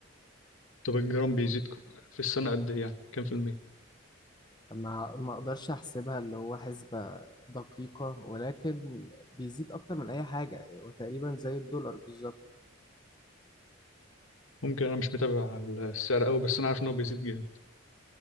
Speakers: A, on the left; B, on the left.
A: طب الجرام بيزيد ك- في السنه قد ايه يعني كام في المية
B: ما ما اقدرش احسبها اللي هو حسبة دقيقة ولكن بيزيد اكتر من اي حاجة وتقريبا زي الدولار بالظبط
A: ممكن انا مش متابع السعر قوي بس انا عارف ان هو بيزيد جامد